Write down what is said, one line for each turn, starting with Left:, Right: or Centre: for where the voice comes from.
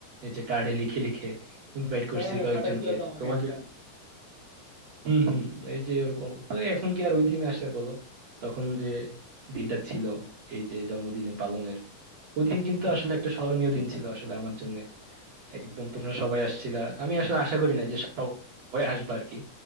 Right: এই যে কার্ডে লিখে লিখে ইনভাইট করছি
Left: হ্যাঁ হ্যাঁ
Right: কয়েকজনকে
Left: পাঠাইছিল তো আমাকে
Right: তোমাকে
Left: একটা
Right: হম হম এই যে ওরকম তো এখন কি আর ওই দিন আসে বলো তখন যে দিনটা ছিল এই যে জন্মদিনে পালনের ওই দিন কিন্তু আসলে একটা স্মরণীয় দিন ছিল আসলে আমার জন্য একদম তোমরা সবাই আসছিলা আমি আসলে আশা করি না যে সবাই আসবে আর কি